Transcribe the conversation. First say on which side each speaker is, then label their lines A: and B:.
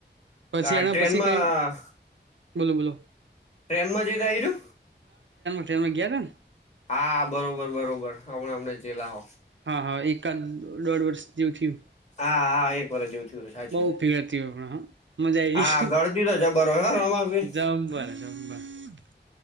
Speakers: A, on the right; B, on the left.
A: પછી
B: અ
A: એના
B: ટ્રેનમાં
A: પછી કઈ બોલો બોલો
B: તેનવા બીદાચરુ
A: તવે ને
B: હા બરોબર બરોબર હમણા
A: હા હા એકાદ દોઢ વર્ષ જેવું થયું
B: હા હા એક જોવુ થીઉ સાચી
A: બહુ
B: વાત
A: ભીડ હતી પણ હા મજા આવી
B: હા ઘરતી તો જબર હોય
A: <unintelligible>
B: હો રમાવીર